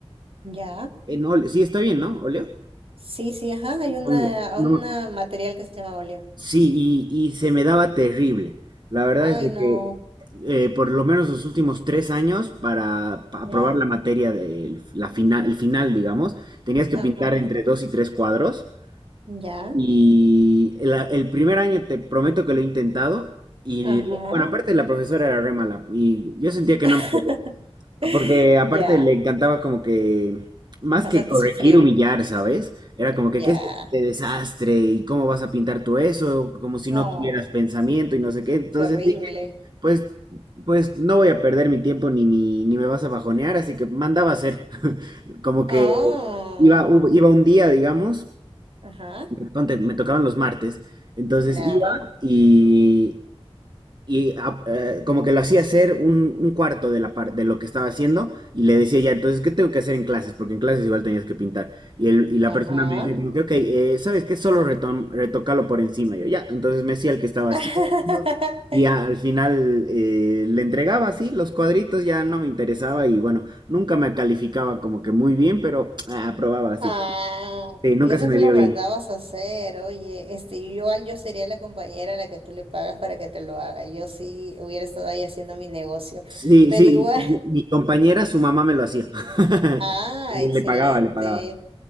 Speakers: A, on the right; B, on the right.
A: ya.
B: En óleo, sí, está bien, ¿no? ¿Óleo?
A: Sí, sí, ajá, hay
B: Supongo.
A: una,
B: No,
A: una
B: me-
A: material que se llama óleo.
B: Sí, y, y se me daba terrible. La verdad
A: Ay,
B: es de
A: no,
B: que eh, por lo menos los últimos tres años para, pa-
A: ya,
B: aprobar la materia del la final, el final, digamos, tenías que
A: ajá.
B: pintar entre dos y tres cuadros.
A: Ya,
B: Y la- el primer año te prometo que lo he intentado. Y
A: ajá,
B: bueno, aparte la profesora era re mala y yo sentía que no
A: <laughs>
B: me... Porque aparte
A: ya,
B: le encantaba como que, más
A: hacerte
B: que corregir,
A: sufrir,
B: humillar, ¿sabes? Era como que,
A: ya,
B: ¿qué es este desastre? ¿Y cómo vas a pintar tú eso? Como si
A: oh,
B: no tuvieras pensamiento y no sé qué. Entonces
A: terrible,
B: dije, pues, pues no voy a perder mi tiempo ni, mi- ni me vas a bajonear, así que mandaba a hacer. <laughs> Como
A: oh,
B: que iba, un- iba un día, digamos,
A: ajá,
B: ponte, me tocaban los martes, entonces
A: claro,
B: iba y, y ah, eh, como que lo hacía hacer un, un cuarto de, la par- de lo que estaba haciendo y le decía ya, entonces, ¿qué tengo que hacer en clases? Porque en clases igual tenías que pintar. Y, el, y la
A: ajá,
B: persona me decía como que, ok, eh, ¿sabes qué? Solo retom- retócalo por encima. Y yo, ya, entonces me hacía el que estaba
A: <laughs>
B: así. Y a- al final eh, le entregaba así los cuadritos, ya no me interesaba y bueno, nunca me calificaba como que muy bien, pero ah, aprobaba así.
A: ah,
B: Sí, nunca
A: y eso
B: se me
A: que lo
B: dio
A: mandabas
B: bien.
A: a hacer, oye, este, yo igual yo sería la compañera a la que tú le pagas para que te lo haga, yo sí hubiera estado ahí haciendo mi negocio,
B: Sí,
A: pero
B: sí,
A: igual,
B: y- y mi compañera, su mamá me lo hacía. <laughs>
A: Ah,
B: Le
A: excelente.
B: le pagaba, le pagaba.